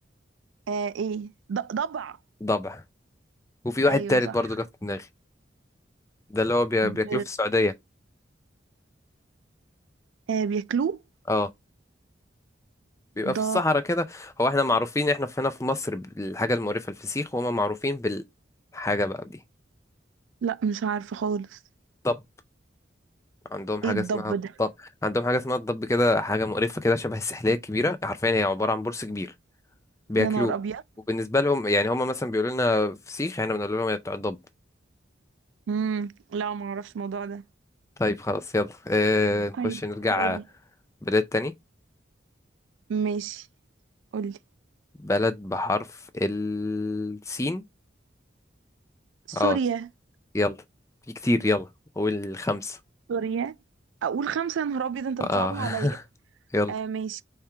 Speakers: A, on the right; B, on the left.
A: آه ايه ض- ضبع
B: ضبع وفي واحد
A: ايوه
B: تالت
A: صح
B: برضه جه في دماغي ده اللي هو بي- بياكلوه
A: د...
B: في السعودية
A: آه بياكلوه
B: اه بيبقى في
A: ض
B: الصحراء كده هو احنا معروفين احنا في هنا في مصر بالحاجة المقرفة الفسيخ وهما معروفين بالحاجة بقى دي
A: لا مش عارفة خالص
B: طب عندهم حاجة
A: ايه الضب
B: اسمها الط...
A: ده
B: عندهم حاجة اسمها الضب كده حاجة مقرفة كده شبه السحلية الكبيرة حرفيا هي عبارة عن برص كبير بياكلوه
A: يا نهار ابيض
B: وبالنسبة لهم يعني هما مثلا بيقولوا لنا فسيخ احنا بنقول لهم يا بتوع الضب
A: امم لا ما اعرفش الموضوع ده
B: طيب خلاص يلا اه نخش
A: طيب
B: نرجع
A: قول
B: بلاد تاني
A: ماشي قولي
B: بلد بحرف السين
A: سوريا
B: اه يلا في كتير يلا قول خمسة
A: سوريا اقول خمسة يا نهار ابيض انت
B: اه
A: بتصعبها عليا
B: <laughs>
A: آه
B: يلا
A: ماشي